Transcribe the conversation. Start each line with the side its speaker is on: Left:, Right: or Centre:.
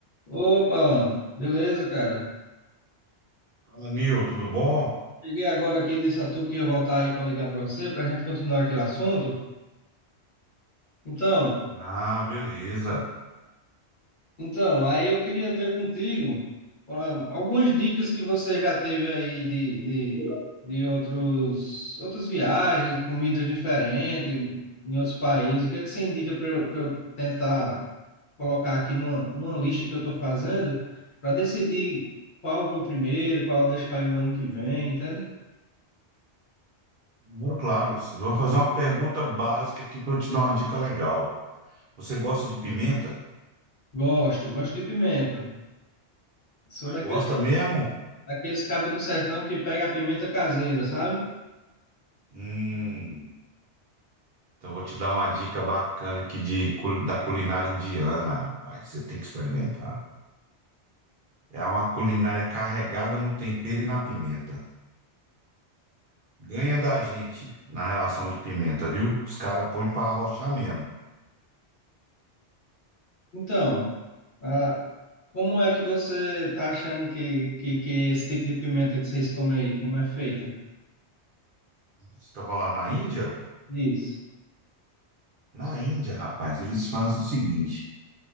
Left: Opa, Alan. beleza, cara?
Right: Fala, Nil, tudo bom?
Left: Cheguei agora aqui desse atu que ia voltar aí para ligar para você, para a gente continuar aquele assunto. Então,
Right: Ah, beleza.
Left: então, aí eu queria ver contigo ah, algumas dicas que você já teve aí de, de, de outros, outras viagens, comidas diferentes em outros países. O que é que você indica para eu, pra eu tentar colocar aqui numa, numa lista que eu estou fazendo para decidir qual eu vou primeiro, qual eu deixo para ir o ano que vem, entende?
Right: Moro, claro, vou fazer uma pergunta básica aqui para eu te dar uma dica legal. Você gosta de pimenta?
Left: Gosto, gosto de pimenta. Sou
Right: Mas
Left: daquele,
Right: gosta mesmo?
Left: daqueles cabos do sertão que pega a pimenta caseira, sabe?
Right: Hum, então vou te dar uma dica bacana aqui de, cul- da culinária indiana, rapaz. Você tem que experimentar. É uma culinária carregada no tempero e na pimenta. Ganha da gente na relação de pimenta, viu? Os caras põem para arrochar mesmo.
Left: Então, ah, como é que você tá achando que, que, que é esse tipo de pimenta que vocês comem aí, como é feita?
Right: Você estava lá na Índia?
Left: Isso.
Right: Na Índia, rapaz, eles fazem o seguinte.